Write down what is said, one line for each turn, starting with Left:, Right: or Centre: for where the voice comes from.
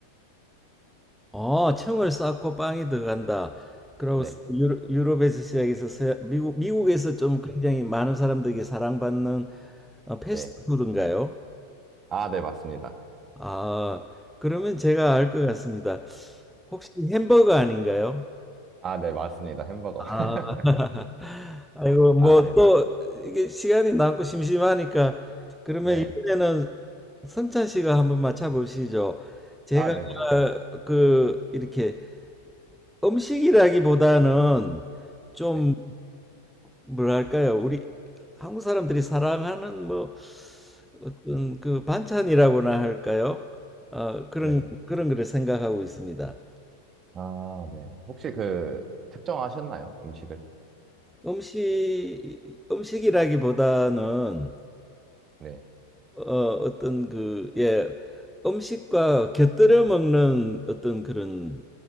Centre: 어, 청을 쌓고 빵이 들어간다. 그리고
Right: 네.
Centre: 유로- 유럽에서 시작해서 서- 미국 미국에서 좀 굉장히 많은 사람들에게 사랑받는 어, 패스트푸드인가요?
Right: 네. 아, 네, 맞습니다.
Centre: 아, 그러면 제가 알 것 같습니다. 혹시 햄버거 아닌가요?
Right: 아, 네, 맞습니다. 햄버거.
Centre: 아,
Right: <laughs>
Centre: <laughs> 아이고, 뭐,
Right: 아, 네네.
Centre: 또, 이게 시간이 남고 심심하니까, 그러면
Right: 네.
Centre: 이번에는 성찬 씨가 한번 맞춰보시죠. 제가,
Right: 아, 네네.
Centre: 그, 이렇게, 음식이라기보다는 좀,
Right: 네.
Centre: 뭐랄까요, 우리 한국 사람들이 사랑하는 뭐, 어떤 그 반찬이라고나 할까요? 어, 그런,
Right: 네.
Centre: 그런 거를 생각하고 있습니다.
Right: 아, 네. 혹시 그, 특정하셨나요? 음식을?
Centre: 음식, 음식이라기보다는
Right: 네.
Centre: 어, 어떤 그, 예, 음식과 곁들여 먹는 어떤 그런